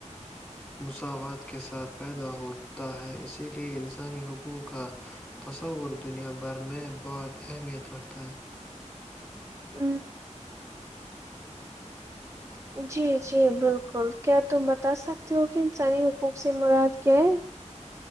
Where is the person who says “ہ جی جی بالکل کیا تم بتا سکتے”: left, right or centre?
Right